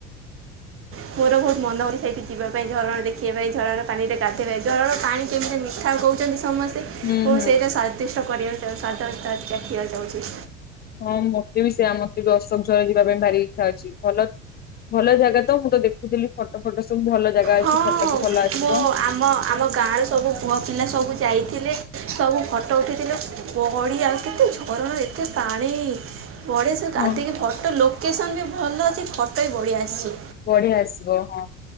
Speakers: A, on the left (about 30°); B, on the right (about 40°).
A: <inaudible>
B: ମୋର ବହୁତ୍ ମନ ହଉଚି ସେଇଠି ଯିବା ପାଇଁ ଝରଣାଦେଖିବା ପାଇଁ ଝରଣା ପାଣିରେ ଗାଧେଇ ଝରଣାର ପାଣି କେମିତି ମିଠା କହୁ ଛନ୍ତି ସମସ୍ତେ
A: ହୁଁ
B: ମୁଁ
A: ହୁଁ।
B: ସେଇଟା ସ୍ଵାଦିଷ୍ଟ କରିବାକୁ ଚାହୁଚି ସଵାଦ ଚା ଚାଖିବାକୁ ଯାଉଚି।
A: ହଁ ମତେବି ସେଇୟା ମତେବି ଅଶୋକ ଝର ଯିବା ପାଇଁ ଭାରି ଇଚ୍ଛା ଅଛି ଭଲ ଭଲ ଜାଗାତ ମୁତ ଦେଖୁଥିଲି ଫଟୋ ଫଟ ସବୁ ଭଲ ଜାଗା ଅଛି
B: ହଁ
A: ଫଟୋବି ଭଲ ଆସିବ।
B: ମୁଁ ଆମ ଆମ ଗାଁର ସବୁ ପୁଅ ପିଲା ସବୁ ଯାଇଥିଲେ ସବୁ ଫଟୋ ଉଠେଇଥିଲେ ବଢ଼ିଆ ଆଉ କେତେ ଝରଣା ଏତେ ପାଣି ବଢ଼ିଆ ସେଗାଧେଇକି
A: ହଁ ହଁ
B: ଫଟୋ ଲୋ ଲୋକେସନ୍ ବି ଭଲ ଅଛି ଫଟୋବି ବଢ଼ିଆ ଆସୁଚି।
A: ବଢିଆ ଆସିବ ହଁ